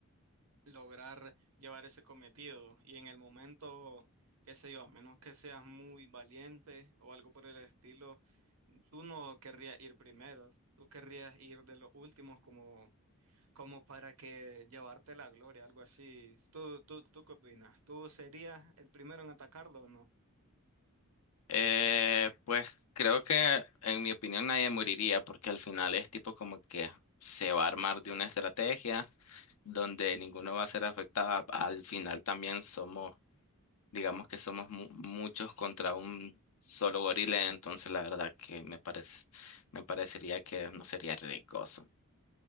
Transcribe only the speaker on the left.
Eh, pues creo que en mi opinión nadie moriría porque al final es tipo como que se va a armar de una estrategia donde ninguno va a ser afectado. Al final también somos, digamos que somos mu- muchos contra un solo gorila, entonces la verdad que me parece, me parecería que no sería riesgoso.